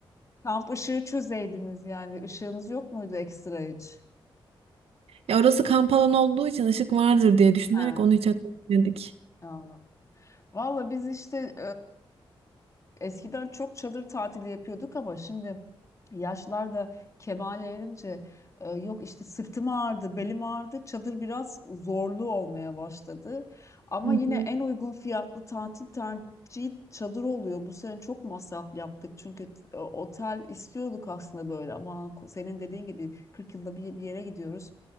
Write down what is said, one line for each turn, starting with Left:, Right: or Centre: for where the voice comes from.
Left: kamp ışığı çözeydiniz yani ışığınız yok muydu ekstra hiç?
Right: Ya orası kamp alanı olduğu için ışık vardır diye düşünerek
Left: He,
Right: onu hiç hatırlamadık.
Left: anladım. Valla biz işte Eskiden çok çadır tatili yapıyorduk ama şimdi yaşlar da kemale erince e, yok işte sırtım ağrıdı, belim ağrıdı. Çadır biraz zorlu olmaya başladı. Ama
Right: Hı hı.
Left: yine en uygun fiyatlı tatil tercihi çadır oluyor. Bu sene çok masraf yaptık çünkü e, otel istiyorduk aslında böyle ama senin dediğin gibi 40 yılda bir, bir yere gidiyoruz